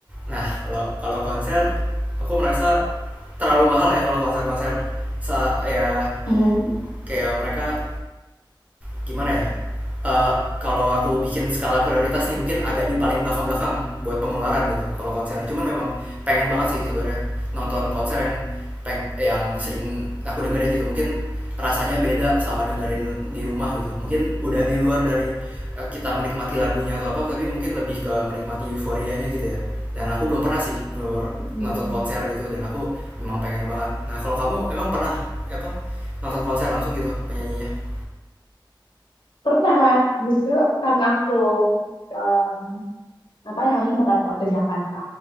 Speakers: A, on the right; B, on the left.
A: nah kalau kalau konser aku merasa terlalu mahal ya kalau konser-konser sa ya
B: Oh,
A: kayak mereka gimana ya eh, kalau aku bikin skala prioritas nih mungkin agak di paling belakang-belakang buat pengeluaran gitu kalau konser. Cuman memang pengen banget sih sebenarnya nonton konser yang peng yang sering aku dengerin gitu. Mungkin rasanya beda sama dengerin di rumah gitu. Mungkin udah di luar dari eh, kita menikmati lagunya atau apa tapi mungkin lebih ke menikmati euforianya gitu ya. Dan aku belum pernah sih bener
B: hmm.
A: nonton konser gitu dan aku memang pengen banget. Nah, kalau kamu emang pernah apa nonton konser langsung gitu penyanyinya?
B: Pernah, justru karena aku eh, apa namanya merantau ke Jakarta